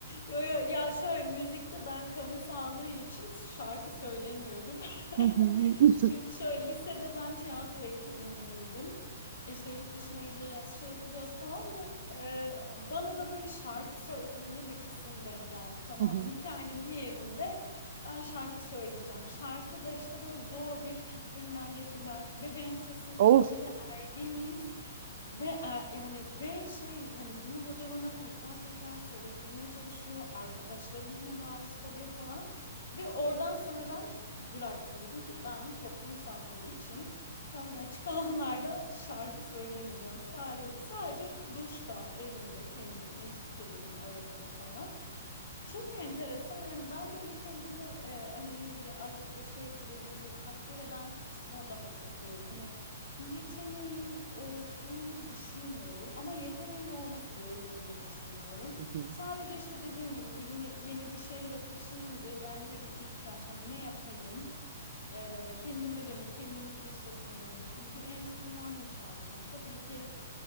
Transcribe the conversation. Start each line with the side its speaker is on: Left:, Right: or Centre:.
Left: yo yo ya şöyle müzikte ben kamu sağlığı için şarkı söylemiyorum. <laughs>
Right: <laughs> Hı hı.
Left: Çünkü şöyle lisede ben tiyatro ekibindeydim. İşte yurt dışına gideceğiz, şey yapacağız falan ve e, bana da böyle şarkı söylemeli bir kısım denk geldi tamam
Right: <laughs>
Left: mı? Hikayenin bir yerinde ben şarkı söyleyeceğim. Şarkı da işte böyle zor bir fikrimden geceler ve benim sesim
Right: Of.
Left: de yok. Bir de ergeniz. Ve e, yani ve şey hani bunu hoca bana tekrar tekrar söylettirmeye çalışıyor. Arkadaşlarım buna maruz kalıyor falan. Ve oradan sonra ben bıraktım. Dedim ki ben toplum sağlığı için kamuya açık alanlarda şarkı söylemeyeceğim. Sadece sadece duşta, evimde, kendim, eşlik edeyim arabada falan. Çok enteresan yani ben böyle kendimi e, hani İngilizce'de art appreciator dediğimiz o takdir eden kısma daha çok koyuyorum. Hani bir yeteneğim olduğunu düşünmüyorum ama yeteneğin olması gerektiğini de düşünmüyorum.
Right: Hı hı.
Left: Sadece işte dediğim gibi bu yine yeni bir şehre taşınınca bence bir ihtiyaç hani ne yapayım? E, kendime dönük kendimi keşfetmeye yönelik hani bir enstrüman mı çalsam tabii ki